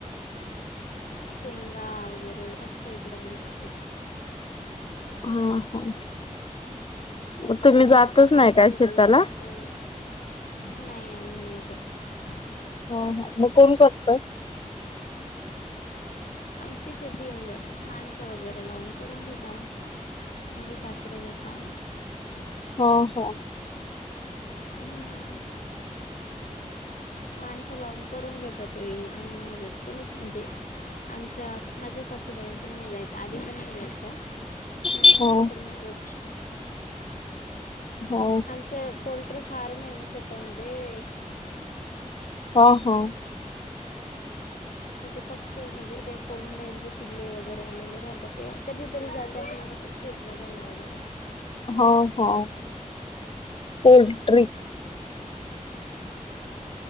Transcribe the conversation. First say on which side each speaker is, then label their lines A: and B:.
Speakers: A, on the left; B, on the left.
A: शेंगा वगैरे असतो इकड बण तसच
B: हा हा मग तुम्ही
A: आणि
B: जातच
A: आता पावसाचे
B: नाही काय शेताला
A: दिवस आहेत नाही आम्ही नाही जातत
B: हा हा मग कोण करतो
A: आमची शेती म्हणज माणसं वगैरे लावून करून घेता माझे सासरे जातात ना
B: हा हा
A: हम्म माणसं लावून करून घेतात ते आम्ही नाही जात कोणीच म्हणजे आमच्या माझ्या सासूबाई पण नाही जायच आधी पण नाही जायचं आणि
B: हा
A: आत्ता पण नाही
B: हा
A: आमचं पोल्ट्री फार्म आहे ना स्वतःमध्ये
B: हा हा
A: तर ते पक्षी म्हणजे त्या कोंड्यांचे पिल्ले वगैरे आलेले राहतात तेव्हा कधीतरी जात शेत बघायला वगैरे.
B: हा हा पोलट्री.